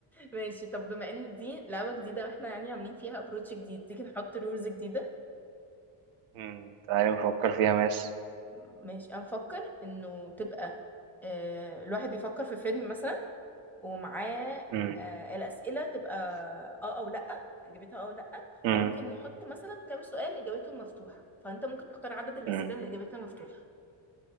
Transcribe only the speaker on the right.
امم تعالي نفكر فيها ماشي
امم
امم
امم